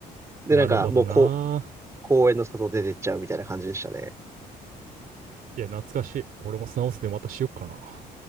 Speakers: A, on the right (about 15°); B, on the right (about 55°).
A: で、
B: なるほどな。
A: なんかもうこう、公園の外出てっちゃうみたいな感じでしたね。
B: いや、懐かしい。俺も砂遊びまたしよっかな。